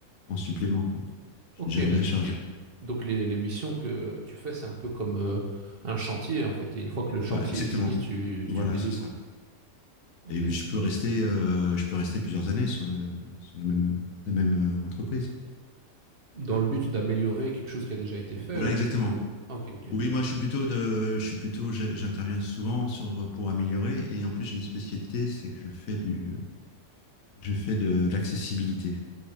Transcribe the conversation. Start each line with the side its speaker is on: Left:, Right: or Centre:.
Left: en supplément. Quoi. Je
Right: Ok,
Left: suis déjà
Right: mais...
Left: bien chargé.
Right: Donc les, les missions que tu fais, c'est un peu comme euh, un chantier, en fait. Et une fois que le chantier
Left: Ouais, exactement.
Right: est fini, tu,
Left: Voilà,
Right: tu le délivres.
Left: c'est ça.
Right: Ok.
Left: Et oui, je peux rester, euh, je peux rester plusieurs années sur, le, sur la même, la même euh, entreprise.
Right: Dans le but d'améliorer quelque chose qui a déjà été fait
Left: Voilà,
Right: ou
Left: exactement.
Right: pour... Ah, ok, ok.
Left: Oui, moi, je suis plutôt de, je suis plutôt, je- j'interviens souvent sur, pour améliorer. Et en plus, j'ai une spécialité, c'est que je fais du, je fais de, l'accessibilité.